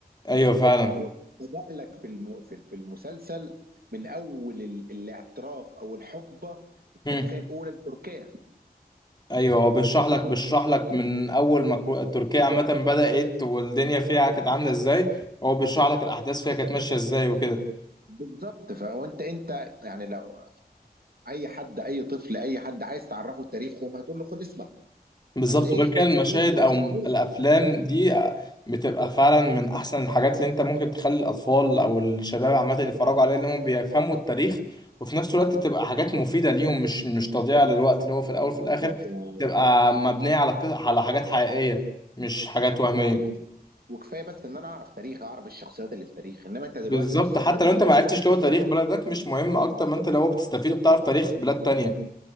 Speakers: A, on the left (about 25°); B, on the right (about 70°).
A: ايوه فعلا
B: فهو بدأ لك في الم... في في المسلسل من اول ال- الاعتراف او الحقبه التاريخيه
A: امم
B: الاولى لتركيا
A: ايوه هو بيشرح لك بيشرح لك من اول ما كو- تركيا عامه بدات والدنيا فيها كانت عامله ازاي هو بيشرح لك الاحداث فيها كانت ماشيه ازاي وكده
B: بالظبط فهو انت انت يعني لو اي حد اي طفل اي حد عايز تعرفه تاريخهم هتقول له خد اسمع
A: بالظبط
B: هتلاقيه
A: غير كده
B: بطريقه
A: المشاهد
B: غير مباشره
A: او
B: عارف
A: الافلام دي بتبقى فعلا من احسن الحاجات اللي انت ممكن تخلي الاطفال او الشباب عامه يتفرجوا عليها اللي هم بيفهموا التاريخ وفي نفس الوقت تبقى حاجات مفيده ليهم مش مش تضييع للوقت اللي هو في الاول وفي الاخر
B: بالظبط
A: تبقى مبنيه على قص- على حاجات حقيقيه مش حاجات وهميه
B: وحقيقي وكفايه بس ان انا اعرف تاريخ اعرف الشخصيات اللي في تاريخ انما انت دلوقتي
A: بالظبط
B: بص
A: حتى
B: كده هنا
A: لو انت ما عرفتش اللي هو تاريخ بلدك مش مهم اكتر ما انت لو بتستفيد وبتعرف تاريخ بلاد تانية